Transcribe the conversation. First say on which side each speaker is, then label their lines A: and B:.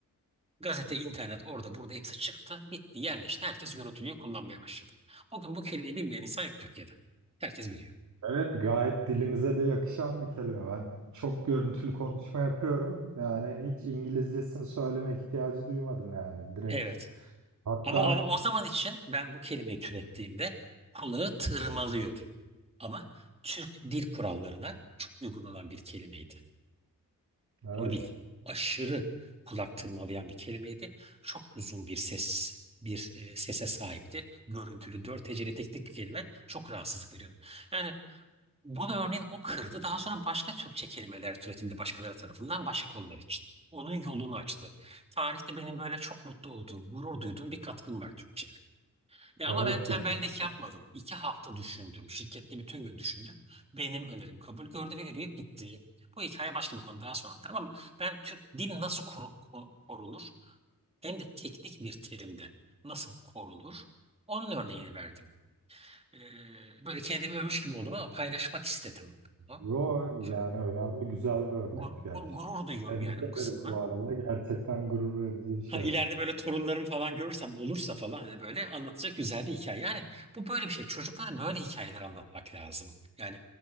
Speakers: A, on the right (about 15°); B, on the right (about 55°).
A: Gazete, internet orada burada hepsi çıktı. Bitti, yerleşti. Herkes görüntülüğü kullanmaya başladı. Bugün bu kelimeyi bilmeyen insan yok Türkiye'de. Herkes biliyor.
B: Evet, gayet dilimize de yakışan bir kelime. Ben çok görüntülü konuşma yapıyorum. Yani hiç İngilizcesini söyleme ihtiyacı duymadım yani. Direkt
A: Evet.
B: hatta
A: Ama ama o zaman için ben bu kelimeyi türettiğimde kulağı tırmalıyordu. Ama Türk dil kurallarına çok uygun olan bir kelimeydi.
B: evet,
A: Onu bil. Aşırı kulak tırmalayan bir kelimeydi. Çok uzun bir ses, bir e, sese sahipti. Görüntülü, dört heceli tek bir kelime çok rahatsızlık veriyordu. Yani Bunu örneğin o kırdı. Daha sonra başka Türkçe kelimeler türetildi başkaları tarafından başka konular için. Onun yolunu açtı. Tarihte benim böyle çok mutlu olduğum, gurur duyduğum bir katkım var Türkçe'ye. Ya
B: evet
A: ama ben tembellik
B: gerçekten.
A: yapmadım. İki hafta düşündüm. Şirkette bütün gün düşündüm. Benim önerim kabul gördü ve yürüyüp gitti. Bu hikaye başka bir konu daha sonra anlatırım ama ben Türk dil nasıl koru- ko- korunur hem de teknik bir terimde nasıl korunur onun örneğini verdim. Ee, böyle kendimi övmüş gibi oldum ama paylaşmak istedim
B: Yo
A: çok
B: yani önemli güzel bir örnekti
A: gur- gur-
B: gerçekten.
A: gurur duyuyorum
B: Tebrik
A: yani
B: ederim
A: bu kısımla.
B: bu arada. Gerçekten gurur verici bir şey.
A: Hani ileride böyle torunlarım falan görürsem olursa falan hani böyle anlatacak güzel bir hikaye. Yani bu böyle bir şey. Çocuklara böyle hikayeler anlatmak lazım. Yani